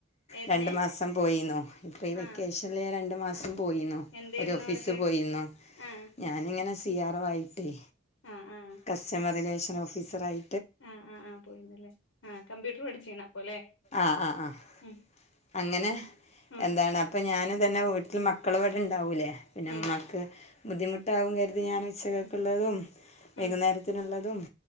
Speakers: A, on the left; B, on the left.
A: ഏതിന്
B: രണ്ടു മാസം പോയിന്നു പ്പ ഈ വെക്കേഷനൽ
A: ആഹ്
B: ഞ രണ്ട് മാസം
A: ആഹ്
B: പോയീന്നു
A: എന്തേരുന്നു
B: ഒരു ഓഫിസ്
A: വർക്ക്
B: പോയിന്നു
A: ആഹ്
B: ഞാനിങ്ങനെ സ് സി ആർ വൈ ടി
A: ആഹ് ആഹ്
B: കസ്റ്റമറിലേഷൻ ഓഫീസറായി
A: ആഹ് ആഹ് ആഹ് പോയിന്നല്ലേ ആഹ് കമ്പ്യൂട്ടർ പഠിച്ചേണ അപ്പ അല്ലേ
B: ആഹ് ആഹ് ആഹ്
A: ഉം
B: അങ്ങനെ
A: ഉം
B: എന്താണ് അപ്പോ ഞാന് തന്നെ വീട്ടിൽ മക്കളും ഇവിടെ ഉണ്ടാവൂല പിന്നെ
A: ഉം
B: ഇമ്മാക്ക് ബുദ്ധിമുട്ടാവും കരുതി അത് ഞാൻ ഉച്ചകൾക്കുള്ളതും
A: ഉം
B: വൈകുന്നേരത്തിനുള്ളതും
A: ഉം